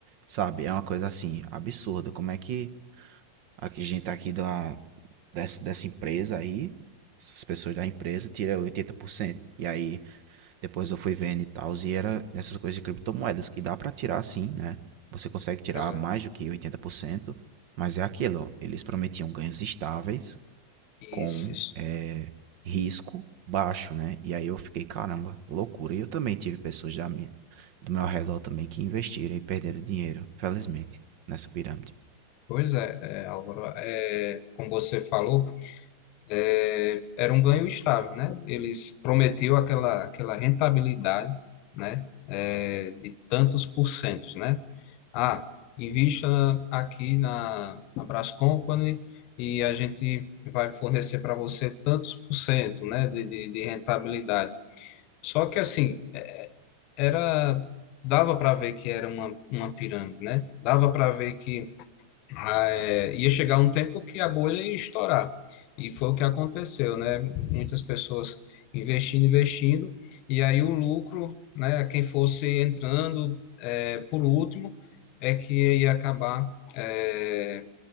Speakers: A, on the right; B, on the left.
A: Sabe, é uma coisa assim, absurda. Como é que a que gente tá aqui da, dessa, dessa empresa aí, essas pessoas da empresa, tira oitenta por cento E aí, depois eu fui vendo e tal, e era nessas coisas de criptomoedas, que dá pra tirar sim, né? Você consegue tirar
B: pois é,
A: mais do que oitenta por cento mas é aquilo, ó, eles prometiam ganhos estáveis,
B: isso,
A: com,
B: isso.
A: eh, risco baixo, né. E aí eu fiquei: "Caramba, loucura". E eu também tive pessoas da minha do meu redor também que investiram e perderam dinheiro, felizmente, nessa pirâmide.
B: Pois é, é, Álvaro, é, como você falou, é, era um ganho estável, né? Eles prometiam aquela, aquela rentabilidade, né? É, de tantos porcentos, né? Ah, invista aqui na, na Brás Company e a gente vai fornecer para você tantos por cento, né? De, de, de rentabilidade. Só que assim, é, era, dava para ver que era uma, uma pirâmide, né? Dava para ver que ah, é, ia chegar um tempo que a bolha ia estourar. E foi o que aconteceu, né? Muitas pessoas investindo, investindo, e aí o lucro, né? Quem fosse entrando é, por último é que ia acabar é,